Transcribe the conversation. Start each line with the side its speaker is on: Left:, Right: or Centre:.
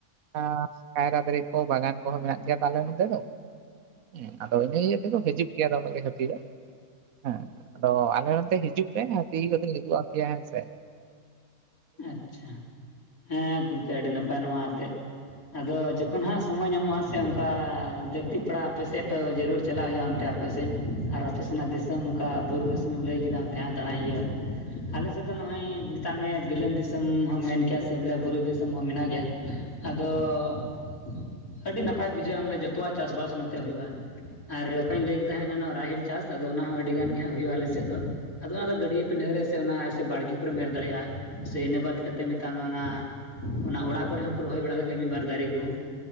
Right: ᱟᱸ ᱠᱟᱭᱨᱟ ᱫᱟᱨᱮ ᱠᱚ ᱵᱟᱜᱟᱱ ᱠᱚᱦᱚᱸ ᱢᱮᱱᱟᱜ ᱜᱮᱭᱟ ᱟᱞᱮ ᱱᱚᱛᱮ ᱫᱚ ᱾ ᱦᱮᱸ ᱟᱫᱚ ᱤᱱᱟᱹ ᱤᱭᱟᱹ ᱛᱮᱫᱚ ᱦᱤᱡᱩᱜ ᱜᱮᱭᱟ ᱫᱚ <unintelligible> ᱫᱚ᱾ ᱦᱮᱸ ᱟᱫᱚ ᱟᱞᱮ ᱱᱚᱛᱮ ᱦᱤᱡᱩᱜ ᱯᱮ ᱦᱟᱹᱛᱤ ᱠᱚᱫᱧ ᱩᱫᱩᱜ ᱟᱯᱮᱭᱟ ᱦᱮᱸ ᱥᱮ ᱾
Left: ᱟᱪᱪᱷᱟ ᱦᱮᱸ ᱜᱚᱝᱠᱮ ᱟᱹᱰᱤ ᱱᱟᱯᱟᱭ ᱱᱚᱣᱟ ᱟᱛᱮᱜ ᱾ ᱟᱫᱚ ᱡᱚᱠᱷᱚᱱ ᱦᱟᱸᱜ ᱥᱚᱢᱚᱭ ᱧᱟᱢᱚᱜᱼᱟ ᱥᱮ ᱚᱝᱠᱟ ᱞᱟᱹᱠᱛᱤ ᱯᱟᱲᱟᱜᱼᱟ ᱟᱯᱮ ᱥᱮᱜ ᱛᱚ ᱡᱟᱹᱨᱩᱲ ᱪᱟᱞᱟᱜ ᱦᱩᱭᱩᱜᱼᱟ ᱚᱱᱛᱮ ᱟᱯᱮ ᱥᱮᱡ ᱟᱨ ᱟᱯᱮ ᱥᱮᱱᱟᱜ ᱫᱤᱥᱚᱢ ᱚᱝᱠᱟ ᱵᱩᱨᱩ ᱫᱤᱥᱚᱢᱮ ᱞᱟᱹᱭ ᱠᱮᱫᱟ ᱚᱱᱛᱮ ᱦᱚᱸ ᱫᱟᱬᱟᱭ ᱦᱩᱭᱩᱜᱼᱟ ᱾ ᱟᱞᱮ ᱥᱮᱫ ᱫᱚ ᱱᱚᱜᱼᱚᱸᱭ ᱢᱮᱛᱟᱜ ᱢᱮ ᱵᱤᱞᱟᱹᱱ ᱫᱤᱥᱚᱢ ᱦᱚᱢ ᱢᱮᱱ ᱠᱮᱭᱟ ᱥᱮ ᱵᱚᱞᱮ ᱵᱩᱨᱩ ᱫᱤᱥᱚᱢ ᱦᱚᱸ ᱢᱮᱱᱟᱜ ᱜᱮᱭᱟ ᱟᱫᱚ ᱾ ᱟᱹᱰᱤ ᱱᱟᱯᱟᱭ ᱵᱩᱡᱷᱟᱹᱜᱼᱟ ᱟᱢᱞᱮ ᱡᱚᱛᱚᱣᱟᱜ ᱪᱟᱥᱼᱵᱟᱥ ᱱᱚᱛᱮ ᱦᱩᱭᱩᱜᱼᱟ᱾ ᱟᱨ ᱚᱠᱟᱧ ᱞᱟᱹᱭ ᱠᱮᱫᱟ ᱦᱟᱸᱜ ᱮᱱᱟᱱᱚᱜ ᱨᱟᱦᱮᱲ ᱪᱟᱥ ᱟᱫᱚ ᱚᱱᱟ ᱦᱚᱸ ᱟᱹᱰᱤ ᱜᱟᱱ ᱜᱮ ᱦᱟᱸᱜ ᱦᱩᱭᱩᱜᱼᱟ ᱟᱞᱮ ᱥᱮᱫ ᱫᱚ ᱟᱫᱚ ᱚᱱᱟ ᱫᱚ ᱜᱟᱹᱰᱤᱭᱟᱹ ᱯᱤᱱᱰᱦᱟᱹ ᱨᱮ ᱥᱮ ᱚᱱᱟ ᱟᱭᱥᱮ ᱵᱟᱲᱜᱮ ᱠᱚᱨᱮᱢ ᱮᱨ ᱫᱟᱲᱮᱭᱟᱜᱼᱟ᱾ ᱥᱮ ᱤᱱᱟᱹ ᱵᱟᱫᱽ ᱠᱟᱛᱮᱫ ᱢᱮᱛᱟᱜ ᱢᱮ ᱚᱱᱟ ᱚᱱᱟ ᱚᱲᱟᱜ ᱠᱚᱨᱮ ᱦᱚᱸᱠᱚ ᱨᱚᱦᱚᱭ ᱵᱟᱲᱟ ᱠᱟᱜ ᱜᱮᱭᱟ ᱢᱤᱫ ᱵᱟᱨ ᱫᱟᱨᱮ ᱠᱚ ᱦᱚᱸ ᱾